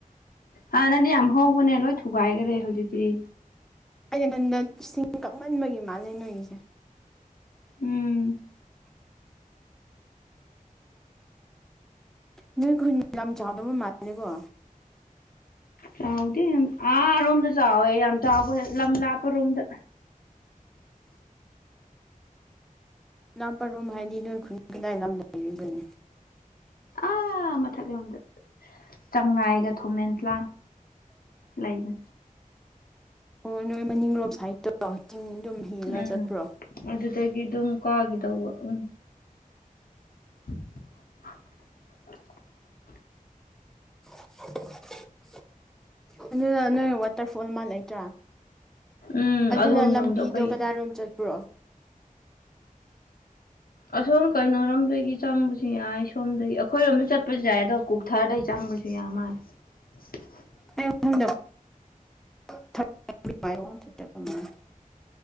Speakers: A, on the left; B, in the centre.
A: ꯍꯥꯟꯅꯗꯤ ꯌꯥꯝ ꯍꯧꯕꯅꯦ ꯂꯣꯏ ꯊꯨꯒꯥꯏꯒꯔꯦ ꯍꯧꯖꯤꯛꯇꯤ
B: ꯑꯩꯩꯅꯉꯟꯗ ꯏꯁꯤꯡ ꯀꯛꯃꯟꯕꯒꯤ ꯃꯥꯜꯂꯦ ꯅꯣꯏꯒꯤꯁꯦ
A: ꯎꯝ
B: ꯅꯣꯏ ꯈꯨꯟ ꯂꯝ ꯆꯥꯎꯗꯕ ꯃꯥꯜꯂꯦꯀꯣ
A: ꯆꯥꯎꯗꯦ ꯌꯥꯝ ꯑꯥ ꯔꯣꯝꯗ ꯆꯥꯎꯋꯦ ꯌꯥꯝ ꯆꯕ ꯂꯥꯝ ꯂꯥꯞꯄꯔꯣꯝꯗ
B: ꯅꯥꯄꯔꯣꯝ ꯍꯥꯏꯗꯤ ꯅꯣꯏ ꯈꯨꯟ ꯀꯗꯥꯏꯗ ꯂꯝꯗ ꯂꯩꯔꯤꯕꯅꯤ
A: ꯑꯥ ꯃꯊꯛꯂꯣꯝꯗ ꯆꯥꯡꯅꯥꯏꯒ ꯊꯣꯃꯦꯟꯂꯥꯡ ꯂꯩꯕꯟ
B: ꯑꯣ ꯅꯣꯏ ꯃꯅꯤꯡꯔꯣꯝ ꯁꯥꯏꯠꯇꯣ ꯆꯤꯡꯗꯨꯝ ꯍꯦꯜꯂ
A: ꯎꯝ
B: ꯆꯠꯄ꯭ꯔꯣ
A: ꯑꯗꯨꯗꯒꯤ ꯑꯗꯨꯝ ꯀꯥꯒꯤꯗꯧꯕ ꯎꯝ <inaudible>
B: <inaudible> ꯑꯗꯨꯗ ꯅꯣꯏ ꯋꯥꯇꯔꯐꯣꯜ ꯃꯥ ꯂꯩꯇ꯭ꯔꯥ
A: ꯎꯝ
B: ꯑꯗꯨꯅ
A: ꯑꯗꯣꯝ
B: ꯂꯝꯕꯤꯗꯣ
A: ꯂꯣꯝꯗ ꯑꯩꯈꯣꯏ
B: ꯀꯗꯥꯏꯔꯣꯝ ꯆꯠꯄ꯭ꯔꯣ
A: ꯑꯁꯣꯝ ꯀꯩꯅꯣꯔꯣꯝꯗꯒꯤ ꯆꯪꯕꯁꯨ ꯌꯥꯏ ꯁꯣꯝꯗꯒꯤ ꯑꯈꯣꯏꯔꯣꯝꯗ ꯆꯠꯄꯖ ꯌꯥꯏꯑꯗꯣ ꯀꯣꯛ ꯊꯥꯔꯗꯩ ꯆꯪꯕꯁꯨ ꯌꯥꯝ ꯃꯥꯜꯂꯦ <inaudible>
B: ꯑꯩꯉꯣꯟꯗ <unintelligible>